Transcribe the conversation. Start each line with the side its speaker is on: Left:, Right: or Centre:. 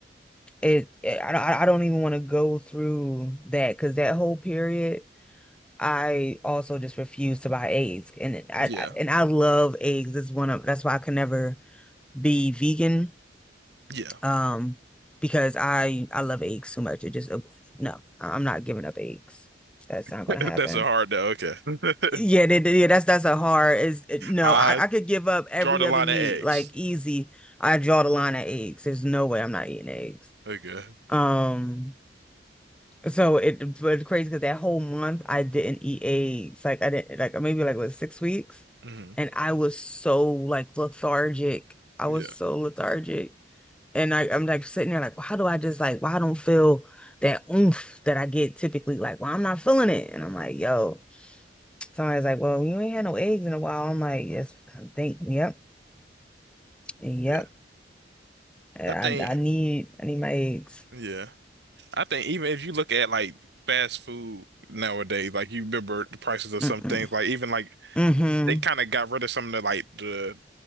Centre: it, it I, don't- I don't even want to go through that because that whole period, I also just refused to buy eggs, and it- I,
Right: Yeah.
Centre: I and I love eggs. It's one of that's why I can never be vegan.
Right: Yeah.
Centre: Um, because I I love eggs so much. It just no, I'm not giving up eggs. That's not
Right: <laughs>
Centre: gonna happen.
Right: That's a hard though. Okay. <laughs>
Centre: Yeah, they, they- yeah, that's that's a hard is it- no,
Right: I
Centre: I, I could give up every
Right: draw the
Centre: other
Right: line
Centre: meat,
Right: at eggs.
Centre: like easy. I draw the line at eggs. There's no way I'm not eating eggs.
Right: Okay.
Centre: Um, so it but it's crazy because that whole month I didn't eat eggs. Like I didn't like maybe like what six weeks,
Right: Mhm.
Centre: and I was so like lethargic. I was
Right: Yeah.
Centre: so lethargic, and I I'm like sitting there like, how do I just like why I don't feel that oomph that I get typically? Like, well, I'm not feeling it, and I'm like, yo. Somebody's like, well, you ain't had no eggs in a while. I'm like, yes, I think, yep, yep.
Right: Yeah.
Centre: I,
Right: I think.
Centre: I need, I need my eggs.
Right: Yeah. I think even if you look at like fast food nowadays, like you remember the prices of
Centre: Mm-mm.
Right: some things, like even like
Centre: Mm-hmm.
Right: they kind of got rid of some of the like the